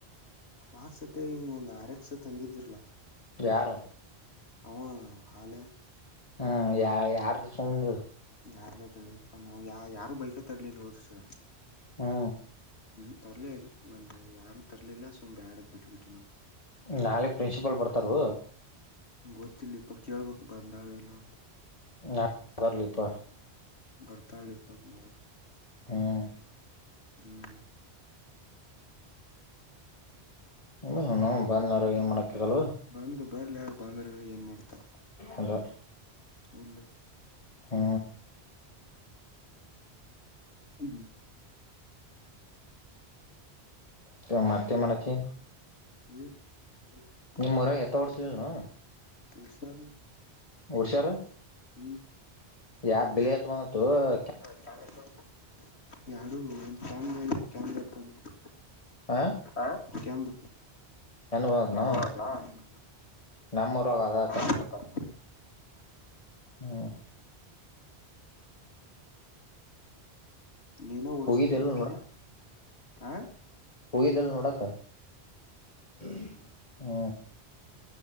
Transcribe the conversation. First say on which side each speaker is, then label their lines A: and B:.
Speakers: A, on the left; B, on the left.
A: ವಾಸ್ಸತೆ ಇಮ್ ಒಂದಾರೆಕ್ಸ್ ತಂದಿದ್ದುರ್ಲೆ
B: ಯಾರ
A: ಅಂವ ಹಾಲೆ
B: ಹ ಯಾ ಯಾರ್ದು ಸೌಂಡಿದು
A: ಯಾರ್ಬತ್ತಾರ್ ಇಪ್ಪಾ ನಾವ್ ಯಾ ಯಾರು ಬೈಕತಾರ್ಲಿಲ್ವೋ ದೋಸ್ಸಾ
B: ಹಾ
A: ಉಹು ತರ್ಲೇ ಇಲ್ಲ ಒಂದ್ ಯಾರು ತರ್ಲಿಲ್ಲ ಸುಮ್ ಬ್ಯಾಡ ಅಂತ್ ಬಿಟ್ಬಿಟ್ವಿ ನಾವು
B: ನಾಳೆ ಪ್ರಿನ್ಸಿಪಲ್ ಬರ್ತಾರು
A: ಗೊತ್ತಿಲ್ಲಿಪ ಕೇಳ್ಬೇಕು ಬಂದಾಳೋ ಇಲ್ಲೋ ಅಂತ
B: <unintelligible>
A: ಬರ್ತಾಳಿಪ್ಪತ್ ನಾಳಿ
B: ಹ್ಮ್
A: ಹ್ಮ್
B: ಹ್ಮ್ ನ್ ಬಂದ್ಲಾರವ್ ಏನ್ಮಾಡಕ್ಕಾಗಲ್
A: ಬಂದ್ ಬರ್ಲ್ಯಾರ್ ಬಂದ್ರರ ಏನ್ ಮಾಡ್ತಾರ
B: ಅಲೋ
A: ತೌಳ್ಯಾ
B: ಹ್ಮ
A: <unintelligible>
B: ತ್ಯೋ ಮತ್ತ ಏ ಮಾಡಾತೀ
A: ಹೇಳೇನಿ <unintelligible>
B: ನಿಮ್ಮ ಊರಾಗ ಎತ್ತ ಓಡ್ಸಲಿಲ್ ನೂ
A: ಉಲ್ ಸ್ಯರ್ಲಾ
B: ಓಡ್ಸ್ಯಾರ್
A: <unintelligible>
B: ಯಾ ಬೆಲೆ ತೊಂದತೋ ಅ
A: ಕ್ಯಾನ್ ಎಷ್ಟ ಬಂದಿತ್ತ ಯಾಡು ಒಂದ್ ಕ್ಯಾನ <unintelligible>
B: ಹ್ಮಾ
A: ಆಂ ಕೆಂದ್
B: ಬಂದತ್ನು
A: <unintelligible>
B: ನಮ್ಮೂರಾಗ ಅದತ
A: ಅನ್ನಾತಾರ್
B: ಹ್ಮ
A: ನೀನ ಓಡುಸ್ತಿಯೇನ್
B: ಹೋಗಿದ್ದಲ್
A: ನೀನ ಆಂ
B: ಹೋಗಿದಿಲ್ ನೋಡಾಕ್ <unintelligible> ಹ್ಮ